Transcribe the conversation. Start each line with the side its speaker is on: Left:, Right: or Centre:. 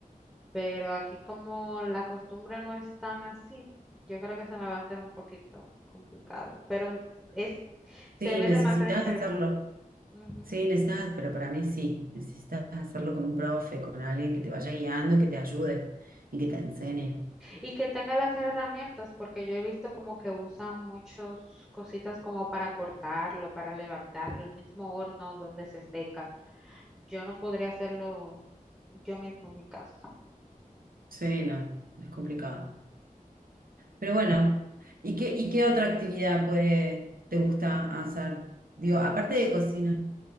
Centre: pero aquí como la costumbre no es tan así, yo creo que se me va a hacer un poquito complicado, pero es, se
Right: Sí,
Centre: ve
Right: necesitas
Centre: demasiado interesante.
Right: hacerlo.
Centre: Ujú.
Right: Sí, necesitas, pero para mí sí. Necesitas hacerlo con un profe, con alguien que te vaya guiando y que te ayude y que te enseñe.
Centre: Y que tenga las herramientas, porque yo he visto como que usan muchas cositas como para cortarlo, para levantarlo, el mismo horno donde se seca. Yo no podría hacerlo yo mismo en mi caso.
Right: Sí, no, no es complicado. Pero bueno, ¿y qué, y qué otra actividad puede, te gusta hacer? Digo, aparte de cocina,